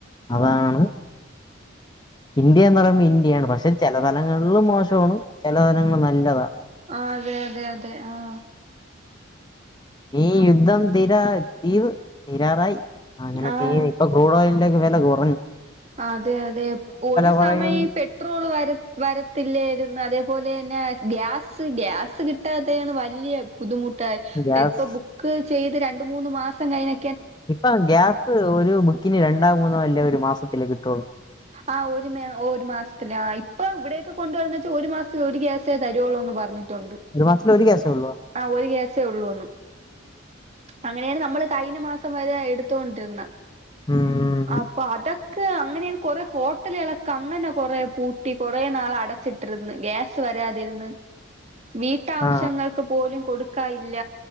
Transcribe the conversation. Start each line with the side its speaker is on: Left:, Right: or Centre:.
Left: അതാണ്
Right: ആഹ്
Left: ഇന്ത്യന്ന് പറയുമ്പോ ഇന്ത്യയാണ്. പക്ഷെ ചെല തലങ്ങളില് മോശമാണ്, ചെല തലങ്ങൾ നല്ലതാ.
Right: ആഹ് അതെ അതെ അതെ ആഹ്
Left: ഈ
Right: അപ്പൊ
Left: യുദ്ധം തീരാ തീതു തീരാറായി അങ്ങനെ
Right: ആഹ്
Left: തീ ഇപ്പൊ ക്രൂഡോയിലിൻ്റൊക്കെ വെല കൊറഞ്ഞു.
Right: അതെ അതെ ഒരു
Left: കുറയും
Right: സമയം ഇ പെ ട്രോള് വര വരത്തില്ലായിരുന്നു. അതേപോലെ തന്നെ ഗ്യാസ് ഗ്യാസ് കിട്ടാത്തേണ് വല്യ ബുദ്ധിമുട്ടായി
Left: ഗ്യാസ്
Right: ഇപ്പൊ ബുക്ക് ചെയ്ത് രണ്ട് മൂന്ന് മാസം കഴിഞ്ഞ
Left: ഇപ്പം ഗ്യാസ് ഒരു ബുക്കിന് രണ്ടോ മൂന്നോ അല്ലേ ഒരു മാസത്തില് കിട്ടുള്ളൂ.
Right: ആഹ് ഒരു മേ ഒരു മാസ്ത്തിലാ. ആ ഇപ്പം ഇവിടെയൊക്കെ കൊണ്ടുവരുന്നച്ചാ ഒരു മാസത്തെ ഒരു ഗ്യാസ് സേ തരോള്ളൂ എന്ന് പർഞ്ഞിട്ടുണ്ട്.
Left: ഒരു മാസത്തില് ഒരു ഗ്യാസേള്ളോ?
Right: ആഹ് ഒരു ഗ്യാസേ ഉള്ളൂന്ന്. അങ്ങനേണ് നമ്മള് കഴിഞ്ഞ മാസം വരെ എടുത്തോണ്ടിര്ന്ന
Left: ഉം
Right: അപ്പ അതക്കെ അങ്ങനെയാണ് കൊറെ ഹോട്ടലുകളെക്ക അങ്ങന കൊറേ പൂട്ടി കൊറേ നാൾ അടച്ച്ട്ടിര്ന്ന് ഗ്യാസ് വരാതിരുന്ന് വീട്ടാവശ്യങ്ങൾക്ക്
Left: ആ
Right: പോലും കൊടുക്കാ ഇല്ല.